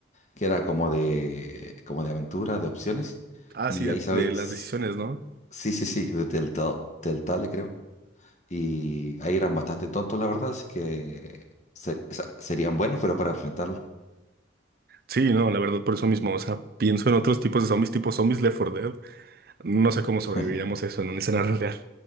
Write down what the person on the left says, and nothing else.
que era como de, como de aventura, de opciones.
Y
ahí sabéis,
s-
sí, sí, sí, de Telltale, Telltale creo. Y ahí eran bastante tontos, la verdad, así que ser- sa- serían buenos, pero para enfrentarlo,
<laughs>